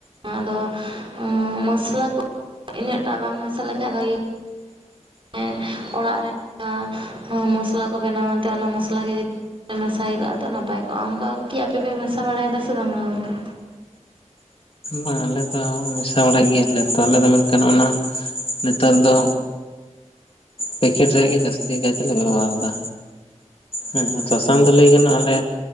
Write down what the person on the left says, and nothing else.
ᱵᱟᱝ ᱟᱞᱮ ᱫᱚ ᱢᱮᱥᱟ ᱵᱟᱲᱟᱜ ᱜᱮᱭᱟᱞᱮ ᱛᱚ ᱟᱞᱮ ᱫᱚ ᱢᱮᱱᱠᱷᱟᱱ ᱚᱱᱟ ᱱᱮᱛᱟᱨ ᱫᱚ ᱯᱮᱠᱮᱴ ᱨᱮᱭᱟᱜ ᱜᱮ ᱡᱟᱹᱥᱛᱤ ᱠᱟᱭ ᱛᱮᱞᱮ ᱵᱮᱵᱚᱦᱟᱨᱫᱟ᱾ ᱦᱮᱸᱟᱨ ᱥᱟᱥᱟᱝ ᱫᱚ ᱞᱟᱹᱭ ᱜᱟᱱᱚᱜᱼᱟ ᱟᱞᱮ